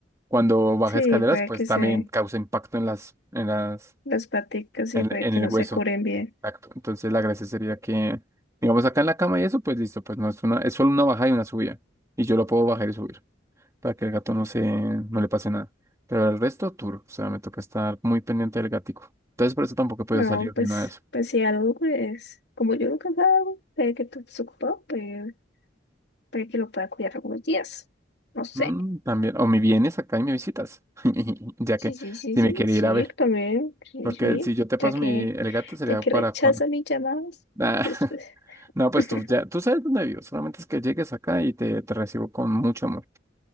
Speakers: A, on the right; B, on the left.
A: cuando baja
B: Sí,
A: escaleras,
B: puede
A: pues
B: que
A: también
B: se...
A: causa impacto en las, en las,
B: las paticas
A: en,
B: y puede
A: en
B: que
A: el
B: no
A: hueso.
B: se curen bien.
A: Exacto. Entonces la gracia sería que, digamos, acá en la cama y eso, pues listo, pues no es una, es solo una bajada y una subida, y yo lo puedo bajar y subir para que el gato no se, no le pase nada. Pero el resto, tour, o sea, me toca estar muy pendiente del gatico. Entonces, por eso tampoco puedo
B: No,
A: salir
B: pues,
A: ni nada de eso.
B: pues si algo, pues, como yo nunca salgo, puede que tú estés ocupado, pues, puede que lo pueda cuidar algunos días. No sé.
A: Mm, también, o me vienes acá y me visitas, <laughs> ya
B: Sí,
A: que
B: sí, sí,
A: si
B: sí,
A: me quiere
B: sí,
A: ir a ver,
B: también, sí,
A: porque
B: sí,
A: si yo te paso
B: ya que,
A: mi, el gato sería
B: ya que
A: para
B: rechaza
A: cuando...
B: mis llamadas,
A: Ah,
B: entonces,
A: <laughs>
B: pues,
A: no, pues
B: <laughs>
A: tú ya, tú sabes dónde vivo, solamente es que llegues acá y te, te recibo con mucho amor.